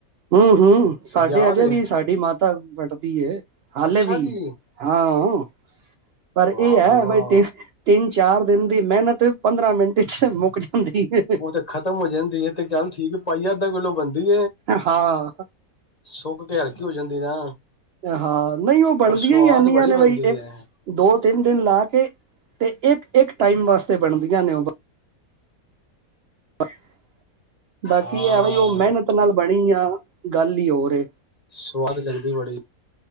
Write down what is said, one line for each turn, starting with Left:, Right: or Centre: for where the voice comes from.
Right: ਹਮ- ਹਮ ਸਾਡੇ
Left: ਯਾਦ
Right: ਅਜੇ
Left: ਏ
Right: ਵੀ ਸਾਡੀ ਮਾਤਾ ਵੱਟਦੀ ਹੈ। ਹਾਲੇ
Left: ਅੱਛਾ
Right: ਵੀ
Left: ਜੀ
Right: ਹਾਂ। <inaudible> ਪਰ
Left: ਵਾਹ
Right: ਇਹ ਹੈ।
Left: ਬਈ ਵਾਹ
Right: ਬਾਈ ਤਿੰਨ ਚਾਰ ਦਿਨ ਦੀ ਮਿਹਨਤ ਪੰਦਰਾਂ ਮਿੰਟ। ਚ ਮੁੱਕ ਜਾਂਦੀ ਏ।
Left: ਉਹ ਤੇ ਖਤਮ ਹੋ ਜਾਂਦੀ ਹੈ। ਤੇ ਚੱਲ ਠੀਕ ਪਾਈ ਅੱਧਾ ਕਿੱਲੋ ਬਣਦੀ।
Right: ਹਾਂ।
Left: ਸੁੱਕ ਕੇ ਹਲਕੀ ਹੋ ਜਾਂਦੀ ਨਾ।
Right: ਹਾਂ ਨਹੀਂ ਉਹ ਬਣਦੀਆਂ
Left: ਪਰ ਸਵਾਦ
Right: ਹੀ ਇਨੀਆਂ
Left: ਬੜੀ
Right: ਨੇ।
Left: ਬਣਦੀ
Right: ਬਈ ਇੱਕ
Left: ਹੈ
Right: ਦੋ ਤਿੰਨ ਦਿਨ ਲਾ ਕੇ ਤੇ ਇੱਕ -ਇੱਕ ਟਾਈਮ ਵਾਸਤੇ ਬਣਦੀਆਂ ਨੇ ਉਹ। <unintelligible> ਬਾਕੀ
Left: ਹਾਂ
Right: ਹੈ ਬਾਈ ਉਹ ਮਿਹਨਤ ਨਾਲ ਬਣੀ ਆ। ਗੱਲ ਹੀ ਹੋਰ।
Left: ਸਵਾਦ ਲੱਗਦੀ ਬੜੀ।